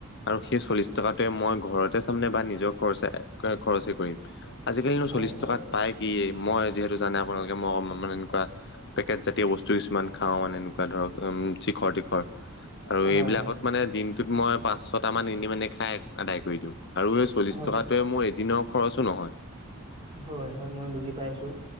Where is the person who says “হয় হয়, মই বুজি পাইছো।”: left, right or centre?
Right